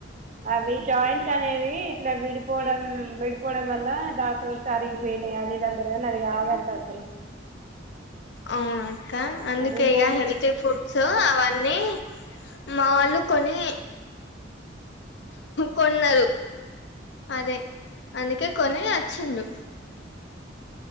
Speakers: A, on the right; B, on the left.
A: అవి జాయింస్ అనేవి ఇంగ విడిపోడం విడ్ పోవడం వల డాక్టర్ కార్ విని అదేదాంటది అది కావాలి అంటాను
B: అవునక్క అందుకే
A: అవి బోన్స్
B: ఇగా హెల్తీ ఫుడ్స్ అవన్నీ మా వాళ్ళు కొన్ని కొన్నారు అదే అందుకే కొని వచ్చింద్రు